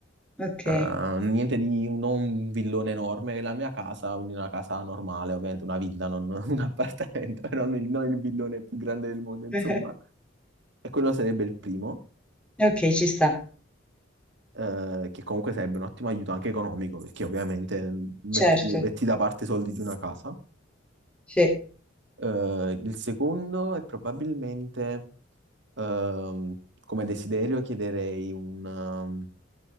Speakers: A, in the centre; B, on the right.
A: ok.
B: Eh, niente di non un villone enorme, la mia casa, una casa normale, ovviamente una villa, non <laughs> un appartamento, non il, non il villone più grande del mondo, insomma.
A: <laughs>
B: E quello sarebbe il primo,
A: Ok, ci sta.
B: eh, che comunque sarebbe un ottimo aiuto anche economico, perché ovviamente mm, metti,
A: Certo,
B: metti da parte i soldi di una casa.
A: sì,
B: Eh, il secondo è probabilmente, ehm, come desiderio, chiederei un, ehm,